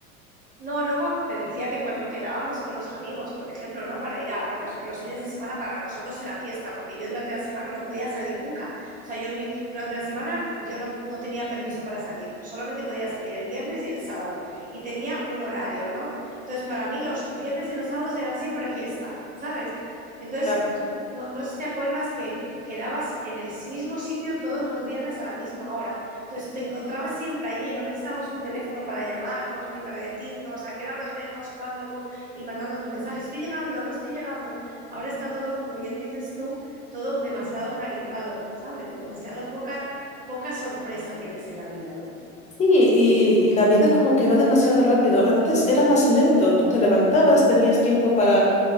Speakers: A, on the right (about 20°); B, on the left (about 15°).
A: No, luego te decía que cuando quedábamos con los amigos, por ejemplo, ¿no? Para ir a, por ejemplo, los fines de semana para nosotros era fiesta, porque yo durante la semana no podía salir nunca. O sea, yo mi- durante la semana yo no, no tenía permiso para salir, solamente podía salir el viernes y el sábado. Y tenía un horario, ¿no? Entonces, para mí los viernes y los sábados eran siempre fiesta, ¿sabes? Entonces,
B: claro.
A: tú no, no sé si te acuerdas que quedabas en el mismo sitio todos los viernes a la misma hora. Entonces te encontrabas siempre allí, no necesitábamos un teléfono para llamarnos ni para decirnos a qué hora nos vemos, cuándo, cómo, y mandándonos mensajes, estoy llegando, no estoy llegando. Ahora está todo, como bien dices tú, todo demasiado organizado, ¿sabes? Demasiado poca, poca sorpresa tienes en la vida, ¿no?
B: Sí, y, y la vida como que va demasiado rápido. Antes era más lento. Tú te levantabas, tenías tiempo para